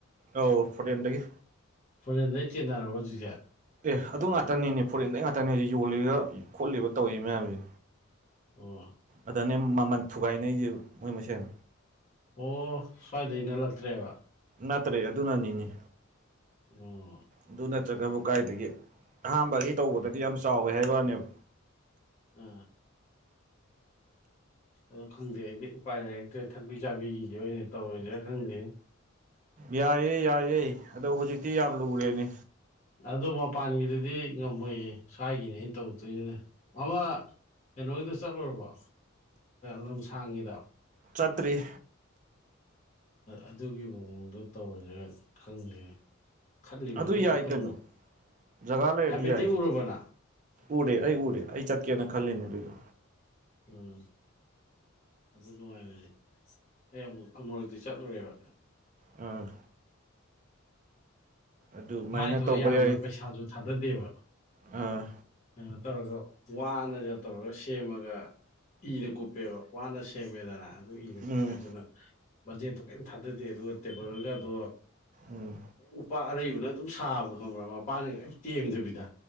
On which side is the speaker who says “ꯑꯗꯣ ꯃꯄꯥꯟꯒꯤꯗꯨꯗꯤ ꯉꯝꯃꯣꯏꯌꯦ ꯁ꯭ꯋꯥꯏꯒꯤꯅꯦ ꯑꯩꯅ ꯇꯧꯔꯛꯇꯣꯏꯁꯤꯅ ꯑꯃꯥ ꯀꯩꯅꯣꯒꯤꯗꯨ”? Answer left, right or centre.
Left